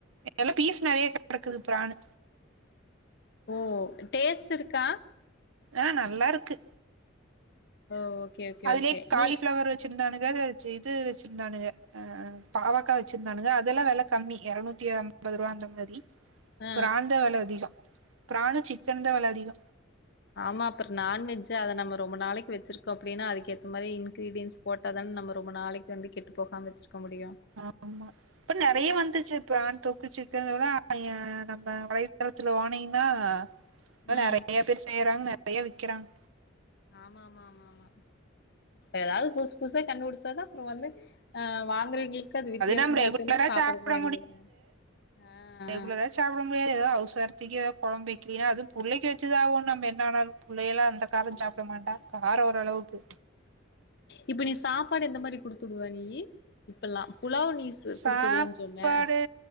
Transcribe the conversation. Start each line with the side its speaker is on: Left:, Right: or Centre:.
Right: எல்லா பீஸ் நெறைய கெடக்குது ப்ரானு
Left: ஓ டேஸ்ட் இருக்கா
Right: ஆ நல்லா இருக்கு
Left: ஓ ஓகே ஓகே
Right: அதுலே
Left: ஓகே
Right: காலிஃப்ளவர்
Left: நீ
Right: வெச்சிருந்தானுங்க <unintelligible> இது வெச்சிருந்தானுக ஆ பாவக்கா வெச்சிருந்தானுங்க அதல்லா வெல கம்மி இரநூத்தி அம்பது ருவா அந்த மாரி
Left: ஆ
Right: ப்ரான்தா வெல அதிகோ பிரானு சிக்கன்தா வெல அதிகோ
Left: ஆமா அப்பற நான்வெஜ்ஜு அத நம்ம ரொம்ப நாளைக்கு வெச்சிருக்கோ அப்டின்னா அதுக்கு ஏத்த மாரி இன்கிரீடியன்ஸ் போட்டா தான நம்ம ரொம்ப நாளைக்கு வந்து கெட்டு போகாம வெச்சுருக்க முடியு
Right: ஆமா இப்ப நெறைய வந்துர்ச்சு இப்ப பிரான் தொக்கு சிக்கன் <unintelligible> அ நம்ம வலைத்தளத்துல போனீன்னா <inaudible>
Left: ம்
Right: நெறைய பேர் செய்றாங்க நெறையா விக்கறாங்க
Left: ஆமாம்மாம்மாம்மா எதாவ்து புதுசு புதுசா கண்டுபிடிச்சாதா அப்பறோ வந்து ஆ வாங்கறவீங்களுக் கு அது வித்தியாசமா
Right: நம்ம ரெகுலரா
Left: இருக்கன்னே சாப்பட
Right: சாப்ட
Left: <unintelligible> ஆ
Right: உள்ளதா சாப்பட முடியாது எதோ அவ்சார்த்திக்கு எதா கொழம்பு வெக்லினா அது புள்ளக்கி வெச்சதாகுன் நம்ப என்னவேனாலு புள்ளையல்லா அந்த காரஞ்
Left: ஆமா
Right: சாப்ட
Left: ஆமா
Right: மாட்டா
Left: ஆமா
Right: காரோ ஓரளவுக்கு
Left: இப்ப நீ சாப்பாடு எந்த மாரி குடுத்தூடுவ நீயி இப்பல்லா புலாவ் நீஸ்ஸு
Right: சாப்பாடு
Left: குடுத்துடுவன் சொன்ன